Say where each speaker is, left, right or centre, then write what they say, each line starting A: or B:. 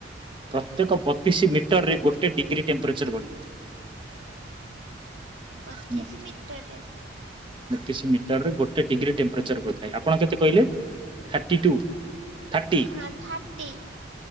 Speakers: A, on the right; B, on the right.
A: ପ୍ରତ୍ୟେକ ବତିଶି ମିଟର୍ ରେ ଗୋଟେ ଡିଗ୍ରୀ ଟେମ୍ପରେଚର୍ ବଢ଼ିଥାଏ।
B: ବତିଶି
A: ହେଲା
B: ମିଟର୍ ରେ।
A: ବତିଶି ମିଟରରେ ଗୋଟେ ଡିଗ୍ରୀ ଟେମ୍ପରେଚର୍ ବଢିଥାଏ ଆପଣ କେତେ କହିଲେ ଥାର୍ଟି ଟୁ। ଥାର୍ଟି
B: ହଁ ଥାର୍ଟି